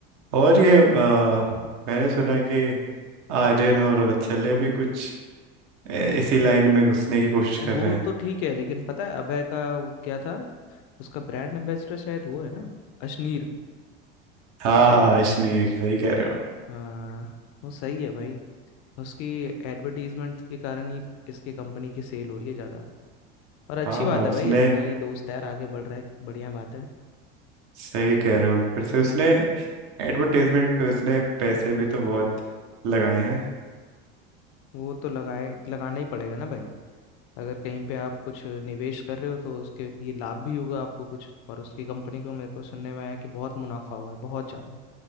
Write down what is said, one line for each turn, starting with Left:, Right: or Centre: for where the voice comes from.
Right: और ये आ, मैंने सुना कि आर्यन और वत्सल्य भी कुछ ए, इसी लाइन में घुसने की कोशिश कर
Left: वो
Right: रहे हैं
Left: तो ठीक है लेकिन पता है अभय का वो क्या था उसका ब्रांड एम्बेसडर शायद वो है ना अशनीर
Right: हाँ हाँ हाँ, अश्नीर सही कह रहे हो
Left: आ, वो सही है भाई उसकी एडवर्टीजमेंट के कारण ही इसके कंपनी की सेल हो रही है ज़्यादा और अच्छी
Right: हाँ
Left: बात
Right: हाँ
Left: है
Right: उसने
Left: भाई अपना ही दोस्त है यार आगे बढ़ रहा है बढ़िया बात है
Right: सही कह रहे हो फिर से उसने एडवर्टाइजमेंट पे उसने पैसे भी तो बहुत लगाए हैं
Left: वो तो लगाए लगाना ही पड़ेगा ना भाई अगर कहीं पे आप कुछ निवेश कर रहे हो तो उसके लिए लाभ भी होगा आपको कुछ और उसकी कंपनी को मेरे को सुनने में आया कि बहुत मुनाफा हुआ है बहुत ज़्यादा